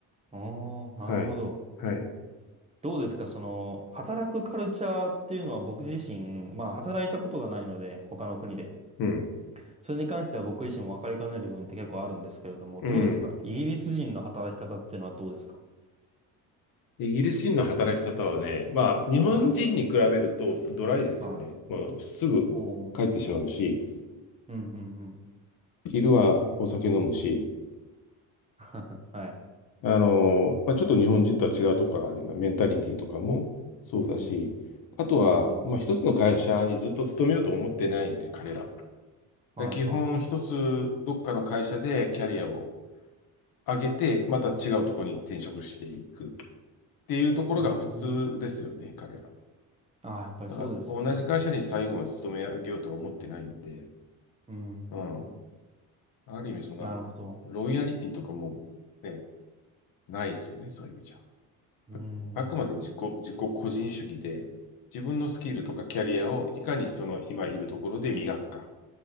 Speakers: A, on the right; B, on the left.
A: おー、
B: はい。
A: なるほど。
B: はい。
A: どうですか、その、働くカルチャーっていうのは僕自身、まあ働いたことがないので、他の国で。
B: うん。
A: それに関しては僕自身も分かりかねる部分って結構あるんですけれども、
B: うん。
A: どうですかイギリス人の働き方っていうのはどうですか
B: イギリス人の働き方はね、まあ、日本人に比べるとドライですよね。
A: はい。はい。
B: もうすぐ帰ってしまうし、
A: おー。うんうんうん。
B: 昼はお酒飲むし、
A: <laughs> はい。
B: あのまあ、ちょっと日本人とは違うところがあります。メンタリティとかもそうだし、
A: うん。
B: あとは、
A: なるほど。
B: まあ、一つの会社にずっと勤めようと思ってないんで、彼らは。
A: はいは
B: で、基本一つどっかの会社でキャリアを上げて、また違うところに転職していくっていうところが普通ですよね、
A: い。うーん。
B: 彼らは。
A: ああ、やっぱりそうですよね。
B: だから同じ会社に最後まで勤め上げようとは思ってないんで、
A: うんうんうん。
B: うん。ある意味、そんな、
A: なるほど。
B: ロイヤリティとかも、ね、ないですよね、そういう意味じゃ。
A: うん。
B: あ、あくまで自己、自己個人主義で、自分のスキルとかキャリアをいかにその今いるところで磨くか